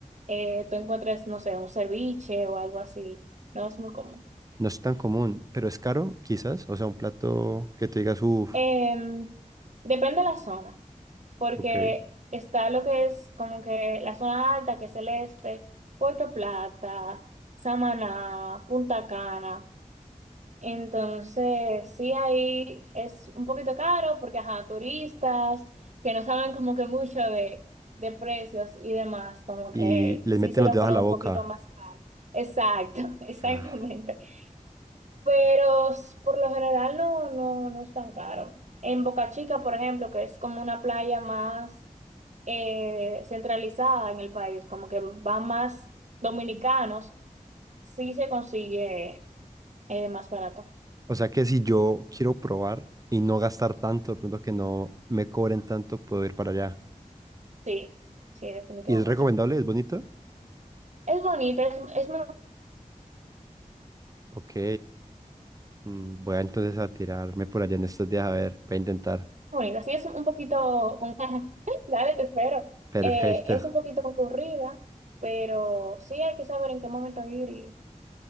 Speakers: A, on the right (about 55°); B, on the right (about 25°).
A: eh, tú encuentres, no sé, un ceviche o algo así. No es muy común.
B: No es tan común, pero es caro, quizás. O sea, un plato que te digas, uff,
A: Em, depende de la zona, porque
B: ok.
A: está lo que es como que la zona alta, que es el este, Puerto Plata, Samaná, Punta Cana. Entonces, sí, ahí es un poquito caro porque, ajá, turistas que no saben como que mucho de, de precios y demás, como que
B: Y les
A: sí
B: meten
A: se
B: los
A: lo
B: dedos
A: ponen
B: a la
A: un
B: boca.
A: poquito más caro. Exacto, <laughs> exactamente.
B: Ah,
A: Pero s- por lo general no, no, no es tan caro. En Boca Chica, por ejemplo, que es como una playa más eh, centralizada en el país, como que van más dominicanos, sí se consigue eh, más barato.
B: O sea que si yo quiero probar y no gastar tanto, de pronto que no me cobren tanto, puedo ir para allá.
A: Sí, sí, definitivamente.
B: ¿Y es recomendable? ¿Es bonito?
A: Es bonita, es, es muy
B: Ok. mm, Voy a entonces a tirarme por allá en estos días, a ver, voy a intentar.
A: bonita. Sí, es un poquito con... <laughs> Dale, te espero.
B: Perfecto.
A: Eh, es un poquito concurrida, pero sí hay que saber en qué momento ir y,